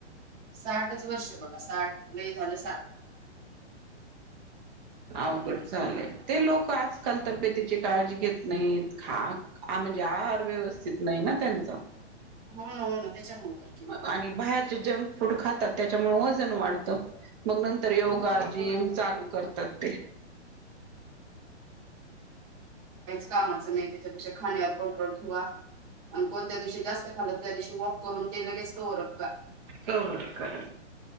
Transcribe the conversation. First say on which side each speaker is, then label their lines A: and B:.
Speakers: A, on the right (about 20°); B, on the right (about 40°).
A: साठच वर्ष बघा साठ लई झालं साठ
B: अवघड लंय ते लोक आजकाल तब्येतीची काळजी घेत नाहीत खाक आ म्हणजे आार व्यवस्थित नाही ना त्यांचा
A: हो ना हो ना त्याच्यामु तर कि मग
B: आणि बाहेरचे जंक फूड खातात त्याच्यामुळे वजन वाढतं मग नंतर योगा
A: हो ना
B: जिम
A: हो ना
B: चालू करतात ते
A: का त्याच्यापेक्षा खाण्यावर कंट्रोल ठेवा कोणत्या दिवशी जास्त खाल त्या दिवशी वॉक करून ते लगेच कप का
B: होकर